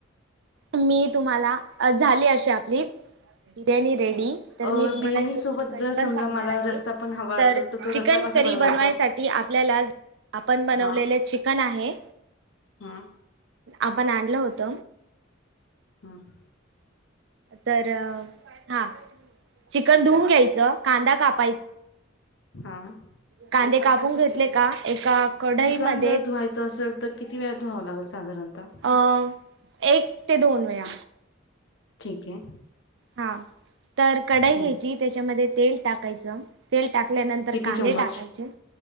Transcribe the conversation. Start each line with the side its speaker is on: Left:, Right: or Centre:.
Right: मी तुम्हाला झाली अशी आपली, बिर्याणी रेडी, तर
Left: अ
Right: मी तुम्हाला
Left: बिर्याणी
Right: चिकन
Left: सोबत
Right: करी
Left: जर
Right: पण
Left: समजा
Right: सांगणार
Left: मला
Right: आहे.
Left: रस्सा पण हवा
Right: तर
Left: असेल तो
Right: चिकन
Left: रस्सा कसा
Right: करी
Left: बनवायचा?
Right: बनवायसाठी आपल्याला आपण बनवलेले
Left: हा
Right: चिकन आहे.
Left: हा.
Right: आपण आणल होत.
Left: हम.
Right: तर हा, चिकन धुवुन घ्यायचं कांदा काप
Left: हा <unintelligible>
Right: कांदे कापून घेतले का एका कढईमध्ये
Left: चिकन जर धुवायचं असेल तर किती वेळात धुवावं लागेल साधारणतः
Right: अ एक ते दोन वेळा,
Left: ठीक आहे
Right: हा तर कढाई
Left: हम्म
Right: घ्यायची त्याच्यामध्ये तेल टाकायचं तेल टाकल्यानंतर
Left: किती
Right: कांदे
Left: चम्मच
Right: टाकायचे